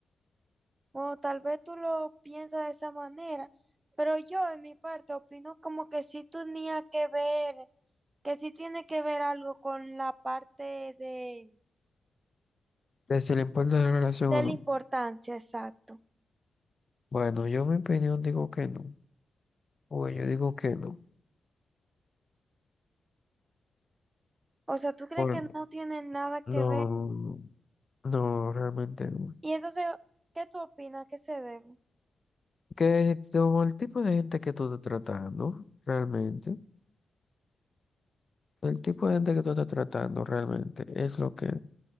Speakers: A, on the right; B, on the left.
A: Bueno, tal vez tú lo piensas de esa manera, pero yo en mi parte opino como que sí tenía que ver, que sí tiene que ver algo con la parte de,
B: Que si le importa la relación
A: de
B: o no.
A: la importancia, exacto.
B: Bueno, yo mi opinión digo que no. Bueno, yo digo que no.
A: O sea, ¿tú crees
B: Por-
A: que no tiene nada que
B: no,
A: ver?
B: no, realmente no.
A: Y entonces, ¿qué tú opinas que se debe?
B: Que como el tipo de gente que tú estás tratando, realmente, el tipo de gente que tú estás tratando realmente es lo que...